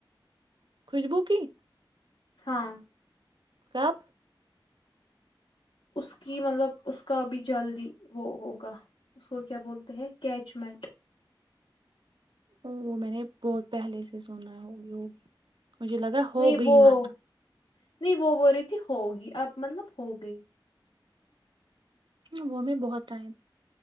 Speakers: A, on the right (about 65°); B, on the left (about 85°).
A: خوشبو کی
B: ہاں
A: کب
B: اس کی مطلب اس کا بھی جلدی وہ ہوگا اس کو کیا بولتے ہیں انگیغمنٹ
A: ا وہ میں نے بہت پہلے سے سنا ہوگی ہوگی مجھے لگا ہو
B: نہیں
A: گئی
B: وہ
A: مت
B: نہیں وہ ب رہی تھی ہوگی اب مطلب ہو گئی
A: ہ وہ میں بہت ٹائم